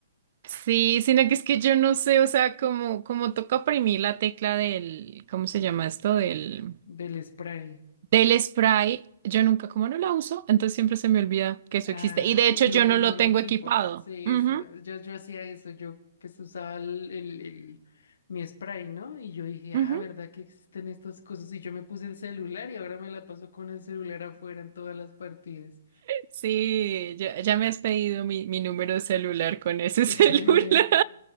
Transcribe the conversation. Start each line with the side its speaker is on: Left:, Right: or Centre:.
Right: Sí, sino que es que yo no sé, o sea, como, como toca oprimir la tecla del, ¿cómo se llama esto? Del,
Left: del spray.
Right: del spray, yo nunca, como no la uso, entonces siempre se me olvida que eso
Left: Ah,
Right: existe. Y de
Left: y
Right: hecho yo
Left: uno
Right: no
Left: no
Right: lo
Left: lo
Right: tengo
Left: equipo.
Right: equipado.
Left: Sí,
Right: Ujú,
Left: eso. Yo, yo hacía eso. Yo pues usaba el, el, el- mi spray, ¿no? Y yo dije,
Right: ujú.
Left: ah, ¿verdad que existen estas cosas? Y yo me puse el celular y ahora me la paso con el celular afuera en todas las partidas.
Right: Sí, ya, ya me has pedido mi, mi número de celular con ese
Left: <laughs>
Right: <laughs> celular.